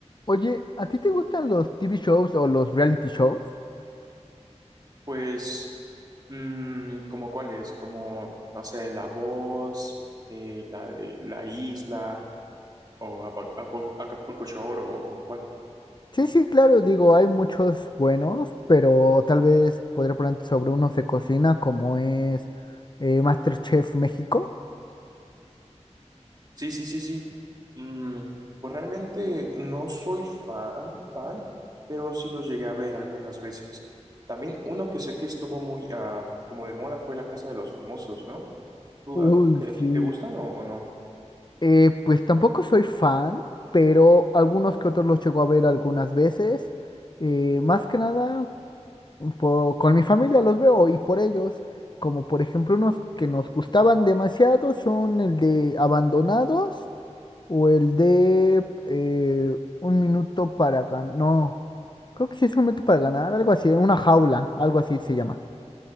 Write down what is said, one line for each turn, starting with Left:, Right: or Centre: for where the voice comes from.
Left: Oye, ¿a ti te gustan los TV shows o los reality shows?
Right: Pues, mm, ¿como cuáles? Como, no sé, La Voz, eh, la de La Isla, o Apa- Apul- Acapulco Shore, o como cuál.
Left: Sí, sí, claro, digo, hay muchos buenos, pero tal vez podría ponerte sobre unos de cocina como es eh, MasterChef México.
Right: Sí, sí, sí, sí. Mm, pues realmente no soy fan, fan, pero sí los llegué a ver algunas veces. También uno que sé que estuvo muy, ah, como de moda fue La Casa de los Famosos, ¿no? ¿Tú,
Left: Uy,
Right: a- tú ¿qué?
Left: sí.
Right: si te gustan o o no?
Left: Eh, pues tampoco soy fan, pero algunos que otros los llego a ver algunas veces. Eh, más que nada po- con mi familia los veo y por ellos, como por ejemplo unos que nos gustaban demasiado son el de Abandonados o el de eh, Un minuto para ganar, no, creo que sí es un minuto para ganar, algo así, una jaula, algo así se llama.